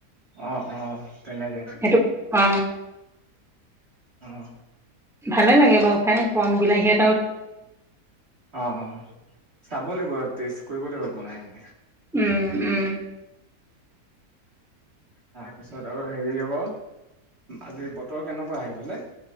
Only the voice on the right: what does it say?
অ অ তেনে কে
অ
অ অ চাব লাগিব টেষ্ট কৰিব লাগিব বনাই এনেকে
তাৰপিছত আৰু হেৰি আক আজি বতৰ কেনেকুৱা সেইফালে